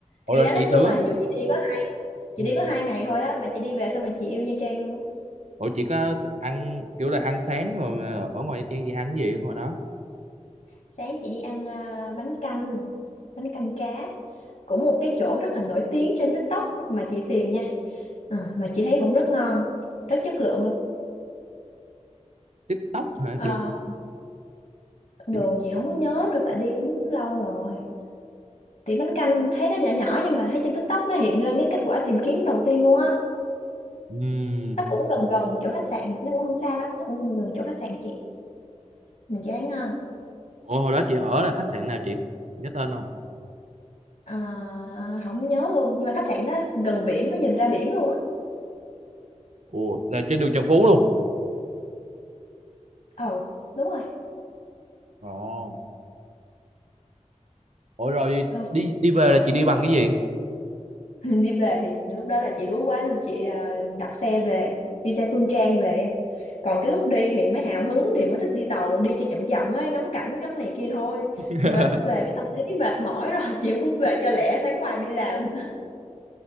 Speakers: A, on the right; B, on the left.
A: ủa
B: thì
A: rồi
B: đó nói
A: chị thử
B: chung là
A: á.
B: dù chị đi có hai chị
A: Ừ,
B: đi có hai ngày thôi á mà chị đi về sao mà chị yêu Nha Trang luôn
A: ủa chị có th- ăn kiểu là ăn sáng rồi ờ, ở ngoài Nha Trang gì ăn cái gì ở ngoài đó
B: sáng chị đi ăn à, bánh canh bánh canh cá cũng một cái chỗ rất là nổi tiếng trên TikTok mà chị tìm nha Ờ, mà chị thấy cũng rất ngon rất chất lượng luôn
A: TikTok hả
B: Ờ,
A: được
B: đường
A: chị biết
B: gì không có nhớ nữa tại đi cũng lâu rồi thì bánh canh thấy nó nhỏ nhỏ nhưng mà thấy trên TikTok nó hiện lên cái kết quả tìm kiếm đầu tiên luôn á
A: Ừm.
B: nó cũng gần gần chỗ khách sạn nó cũng không xa lắm nó cũng gần gần chỗ khách sạn chị mình chị thấy ngon
A: Ủa hồi đó chị ở là khách sạn nào chị? Nhớ tên không?
B: Ờ, không nhớ luôn nhưng mà khách sạn đó gần biển mới nhìn ra biển luôn á
A: Ủa là trên đường Trần Phú luôn.
B: ờ đúng rồi
A: Ồ. Ủa rồi
B: Đó.
A: đi đi về là chị đi bằng cái gì?
B: <laughs> đi về thì lúc đó là chị đuối quá nên là chị à, đặt xe về đi xe Phương Trang về em còn cái lúc đi thì mới hào hứng thì mới thích đi tàu đi cho chậm chậm ấy ngắm cảnh ngắm này kia thôi
A: <laughs>
B: nhưng mà đến lúc về cái tâm lý mệt mỏi rồi <laughs> chị muốn về cho lẹ sáng mai đi làm nữa